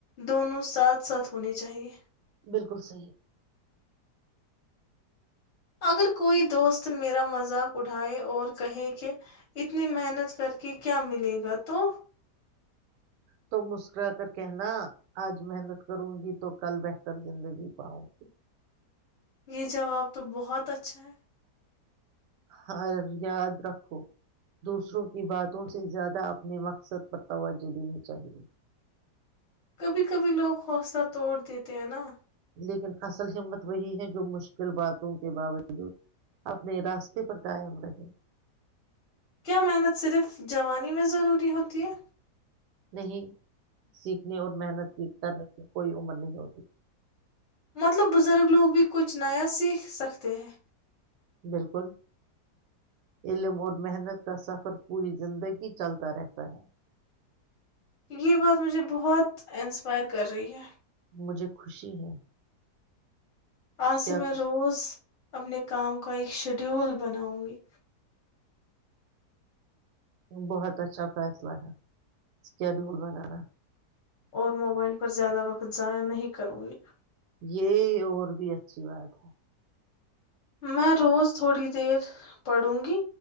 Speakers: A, on the left; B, on the right.
A: دونوں ساتھ ساتھ ہونے چاہیے
B: بالکل صحیح
A: اگر کوئی دوست میرا مذاق اٹھائے اور کہے کہ اتنی محنت کر کےے کیا ملے گا تو
B: تو مسکرا کر کہنا آج محنت کروں گی تو کل بہتر زندگی پاؤں گی
A: یہ جواب تو بہت اچھا ہے
B: ہر یاد رکھو دوسروں کی باتوں سے زیادہ اپنے مقصد پر توجہ دینی چاہیے
A: کبھی کبھی لوگ حوصلہ توڑ دیتے ہیں نا
B: لیکن اصل ہمت وہی ہے جو مشکل باتوں کے باوجود اپنے راستے پر قائم رہے
A: کیا محنت صرف جوانی میں ضروری ہوتی ہے؟
B: نہیں سیکھنے اور محنت کرنے کی کوئی عمر نہیں ہوتی
A: مطلب بزرگ لوگ بھی کچھ نیا سیکھ سکتے ہیں
B: بالکل علم اور محنت کا سفر پوری زندگی چلتا رہتا ہے
A: یہ بات مجھے بہت انسپائر کر رہی ہے
B: مجھے خوشی ہے
A: آج سے
B: کہ
A: میں
B: آپ اس
A: روز اپنے کام کو کا ایک شیڈیول بناؤں گی
B: ہی بہت اچھا فیس شڈیول بنانا
A: اور موبائل پر زیادہ وقت ضائع نہیں کروں گی
B: یہ اور بھی اچھی بات ہے
A: میں روز تھوڑی دیر پڑھوں گی